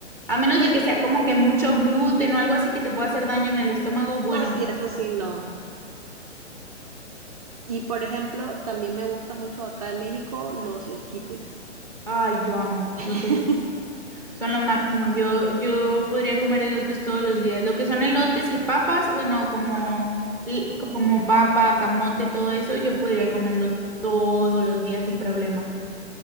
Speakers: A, in the centre; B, on the right.
A: A menos
B: No,
A: de
B: y-
A: que sea como que mucho gluten o algo así que te pueda hacer daño en el estómago, bueno,
B: no, sí, eso
A: bueno.
B: sí, no. Y por ejemplo, también me gusta mucho acá en México los esquites.
A: Ay, yo amo
B: <laughs>
A: los elotes. Son lo máximo. Yo, yo podría comer elotes todos los días. Lo que son elotes y papas, bueno, como,
B: Ah,
A: como papa, camote, todo eso, yo podría
B: sí.
A: comerlo todos los días sin problema.